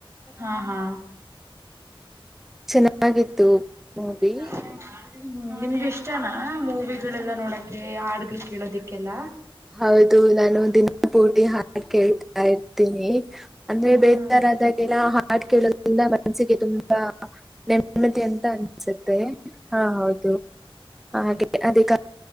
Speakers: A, on the right; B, in the centre.
A: ಹಾ ಹಾ
B: ಚೆನ್ನಾಗಿತ್ತು ಮೂವಿ
A: ಹ್ಮ ನಿಮ್ಗೆ ಇಷ್ಟನಾ ಕವಿಗಳೆಲ್ಲಾ ನೋಡಕೆ ಹಾಡ್ಗಳು ಕೇಳೋದಿಕ್ಕೆಲ್ಲ
B: ಹೌದು ನಾನು ದಿನಪೂಟಿ ಹಾಡು ಕೇಳ್ತಾ ಇರ್ತೀನಿ ಅಂದ್ರೆ
A: ಹ್ಮ್
B: ಬೇಜಾರ ಆದಾಗೆಲ್ಲ ಹಾಡು ಕೇಳೋದ್ರಿಂದ ಮನಸ್ಸಿಗೆ ತುಂಬಾ ನೆಮ್ಮದಿ ಅಂತ ಅ ಅನ್ಸುತ್ತೆ ಹಾ ಹೌದು ಹಾಗೆ ಅದಕ್ಕ